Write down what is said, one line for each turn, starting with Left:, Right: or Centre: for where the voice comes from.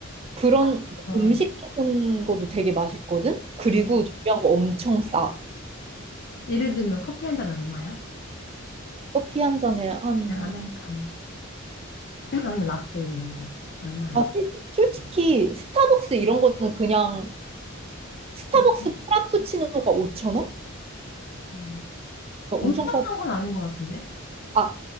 Right: 그런
Left: 나 좋아해.
Right: 음식 같은 것도 되게 맛있거든? 그리고
Left: 어.
Right: 중요한 거 엄청 싸.
Left: 예를 들면 커피 한 잔 얼마야?
Right: 커피 한 잔에 한,
Left: 그냥 아메리카노 <clears throat> 아니면 라떼 이런 거 얼마야?
Right: 아, 솔- 솔직히 스타벅스 이런 거는 그냥 스타벅스
Left: 비슷해.
Right: 프라푸치노가 5천 원?
Left: 어.
Right: 그러니까
Left: 엄청
Right: 엄청 싸.
Left: 싼 건 아닌 것 같은데?
Right: 아,